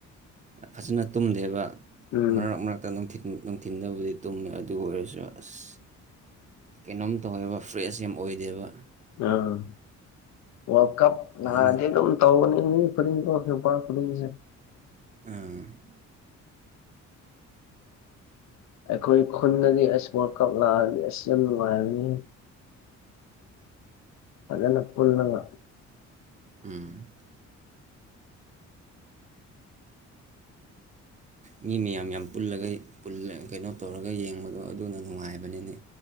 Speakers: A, on the right; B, on the left.
A: ꯐꯖꯅ ꯇꯨꯝꯗꯦꯕ
B: ꯎꯝ
A: ꯃꯔꯛ ꯃꯔꯛꯇ ꯅꯨꯡꯊꯤꯟꯗꯕꯨꯗꯤ ꯇꯨꯝꯃꯦ ꯑꯗꯨ ꯑꯣꯏꯔꯁꯨ ꯑꯁ ꯀꯩꯅꯣꯝ ꯇꯧꯋꯦꯕ ꯐ꯭ꯔꯦꯁ ꯌꯥꯝ ꯑꯣꯏꯗꯦꯕ
B: ꯎꯝ ꯋꯥ ꯀꯞ
A: ꯐꯖꯅ
B: ꯂꯖꯤꯦ <inaudible> ꯑꯗꯨꯝ ꯇꯧꯅꯤ ꯐꯔꯤ <inaudible> ꯈꯦꯄꯥ ꯐꯔꯤꯡꯁꯦ
A: ꯑꯝ
B: ꯑꯩꯈꯣꯏ ꯈꯨꯟꯗꯗꯤ ꯑꯩꯁ ꯋꯥꯔ ꯀꯞ ꯂꯥꯛꯑꯗꯤ ꯑꯁꯤ ꯌꯥꯝ ꯅꯨꯡꯉꯥꯏꯔꯅꯤ ꯄꯖꯅ ꯄꯨꯜꯅꯉ
A: ꯎꯝ ꯃꯤ ꯃꯌꯥꯝ ꯌꯥꯝ ꯄꯨꯜꯂꯒ ꯀꯩꯅꯣ ꯇꯧꯔꯒ ꯌꯦꯡꯕꯗꯣ ꯑꯗꯨꯅ ꯅꯨꯡꯉꯥꯏꯕꯅꯤꯅꯦ